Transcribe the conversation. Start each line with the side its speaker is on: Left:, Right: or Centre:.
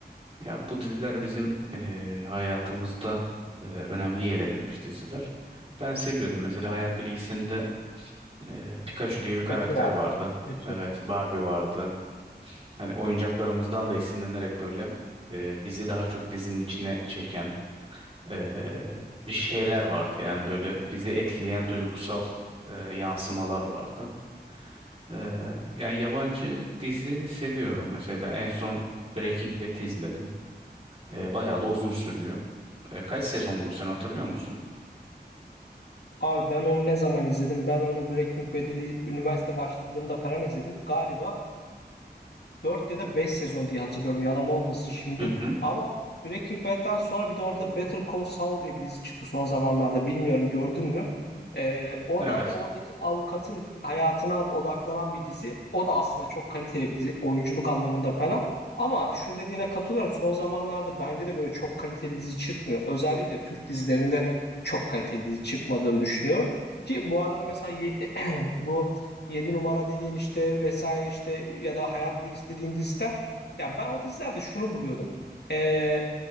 Right: Ya bu diziler bizim e, hayatımızda e, önemli yer edinmiş diziler. Ben seviyordum. Mesela Hayat Bilgisi'nde Ee, Pikachu diye bir karakter
Left: Kaçı vardı
Right: vardı.
Left: değil mi? Pikachu.
Right: Evet, Barbie vardı. Hani oyuncaklarımızdan da esinlenerek böyle e, bizi daha çok dizinin içine çeken e, bir şeyler vardı. Yani böyle bizi etkileyen duygusal e, yansımalar vardı. E, yani yabancı dizi seviyorum. Mesela en son Breaking Bad'i izledim. E, bayağı da uzun sürüyor. E, kaç sezondu sen hatırlıyor musun?
Left: Abi ben onu ne zaman izledim? Ben onu Breaking Bad'li üniversite başladığımda falan izledim. Galiba Dört ya da 5 sezon diye hatırlıyorum. Yalan olmasın şimdi.
Right: Hı hı.
Left: Ama Breaking Bad'den sonra bir de orada Better Call Saul diye bir dizi çıktı son zamanlarda. Bilmiyorum gördün mü? Ee, o
Right: Evet.
Left: da oradaki avukatın hayatına odaklanan bir dizi. O da aslında çok kaliteli bir dizi. Oyunculuk anlamında falan. Ama şu dediğine katılıyorum. Son zamanlarda bence de böyle çok kaliteli dizi çıkmıyor. Özellikle Türk dizilerinde çok kaliteli dizi çıkmadığını düşünüyorum. Ki bu arada mesela ye- <clears throat> bu Yedi numara dediğin işte vesaire işte ya da hayat bilgisi dediğin diziler. Ya ben o dizilerde şunu buluyordum. Ee,